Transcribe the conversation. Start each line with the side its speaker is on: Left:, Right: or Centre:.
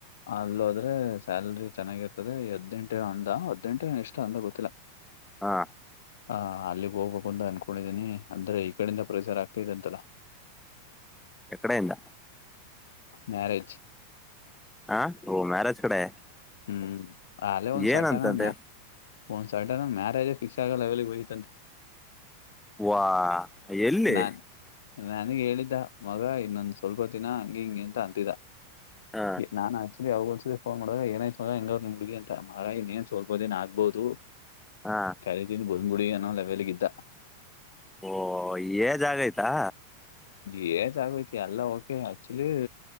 Left: ಅಲ್ಲ ಹೋದ್ರೆ ಸ್ಯಾಲ್ರಿ ಚೆನ್ನಾಗಿರ್ತದೆ ಹದ್ನೆಂಟೆ ಅಂದ ಹದ್ನೆಂಟೆ ಎಷ್ಟ ಅಂದ ಗೊತ್ತಿಲ್ಲ
Centre: ಹಾ
Left: ಹ ಅಲ್ಲಿಗ್ ಹೋಗ್ಬೇಕುಂದ ಅನ್ಕೊಂಡಿದ್ದೀನಿ ಅಂದ್ರೆ ಈ ಕಡಿಂದ ಪರಿಸರ ಆಗ್ತಿದೆ ಅಂತಲ್ಲ
Centre: ಎಕಡೈಂದ
Left: ಮ್ಯಾರೇಜ್
Centre: ಹಾ ಓ ಮ್ಯಾರೇಜ್ ಕಡೆ
Left: ಹ್ಮ್ ಅಲ ಒಂದು ಸರ್ಟನ
Centre: ಏನಂತಂತೆ
Left: ಮ ಒಂದ್ ಸರ್ಟನ್ ಮ್ಯಾರೇಜ ಫಿಕ್ಸ್ ಆಗಲ್ಲ ಅವವೆಲ್ಲಿಗೆ ಹೋಗಯತಂತೆ
Centre: ವಾ ಎಲ್ಲಿ
Left: ನಾನ್ ನನಗ್ ಹೇಳಿದ್ದ ಮಗ ಇನ್ನೊ ಸ್ವಲ್ಪ ದಿನ ಹಂಗಿ ಹಿಂಗೆ ಅಂತ ಅಂತಿದ್ದ
Centre: ಹ
Left: ನಾ ಆಕ್ಚುಲಿ ಅವಾಗೋಲ್ಸ ಪೋನ್ ಮಾಡೋಗ ಏನ ಸ ಹೆಂಗ್ ನಿಮ್ಮ ಹುಡುಗಿ ಅ ಮಾರಾಗಿನ್ ಸೋಲ್ಬೋದ ಏನ್ ಆಗ್ಬಹುದು
Centre: ಹಾ
Left: ಕರೆದಿದ್ರು ಬಂದ್ಬುಡಿ ಎನ್ನು ಲೆವೆಲಲ್ಲಿದ್ದ
Centre: ಓಹ ಏ ಜಾಗ ಆಯ್ತಾ
Left: ಏ ಜಾಗೈತಿ ಎಲ್ಲ ಓಕೆ ಆಕ್ಚುಲಿ